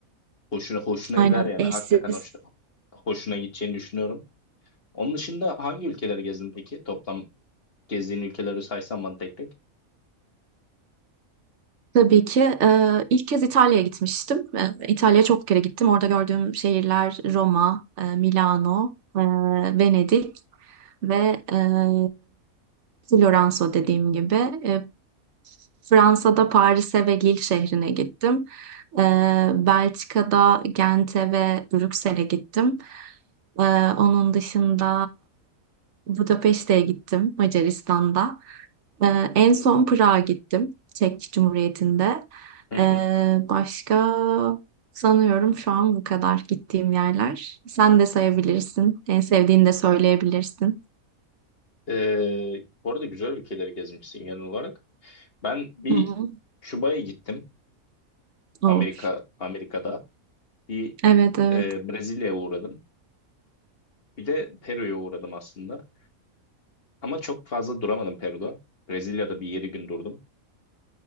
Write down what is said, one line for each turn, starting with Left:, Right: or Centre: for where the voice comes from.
Left: Hoşuna hoşuna
Right: Aynen
Left: gider yani
Right: eşsiz.
Left: hakikaten hoşuna hoşuna gideceğini düşünüyorum. Onun dışında hangi ülkeleri gezdin peki? Toplam gezdiğin ülkeleri saysan bana tek tek.
Right: Tabii ki. Eee, ilk kez İtalya'ya gitmiştim. Eee, İtalya'ya çok kere gittim. Orada gördüğüm şehirler Roma, eee, Milano, eee, Venedik ve eee Floransa dediğim gibi. Eee, Fransa'da Paris'e ve Lille şehrine gittim. Eee, Belçika'da Gent'e ve Brüksel'e gittim. Eee, onun dışında Budapeşte'ye gittim Macaristan'da. Ee, en son Prag'a gittim. Çek Cumhuriyeti'nde.
Left: Hı
Right: Ee,
Left: hı.
Right: başka sanıyorum şu an bu kadar gittiğim yerler. Sen de sayabilirsin. En sevdiğini de söyleyebilirsin.
Left: Ee, bu arada güzel ülkeleri gezmişsin genel olarak. Ben bir
Right: Hı hı.
Left: Küba'ya gittim.
Right: Oh,
Left: Amerika Amerika'da bir
Right: evet evet.
Left: e, Brezilya'ya uğradım. Bir de Peru'ya uğradım aslında. Ama çok fazla duramadım Peru'da. Brezilya'da bir 7 gün durdum.